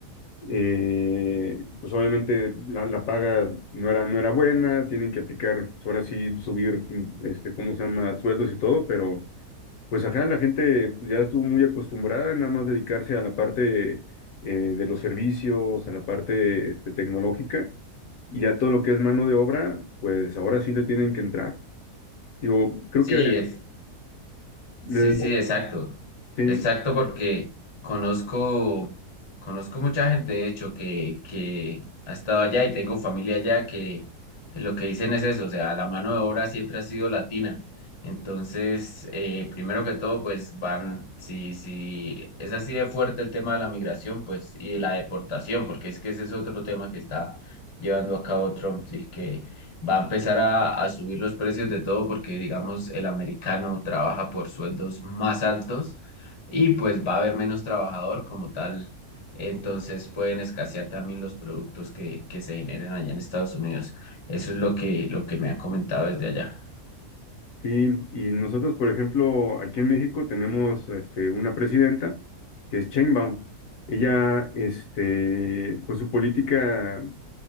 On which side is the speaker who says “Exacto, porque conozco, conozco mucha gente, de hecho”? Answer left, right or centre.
Left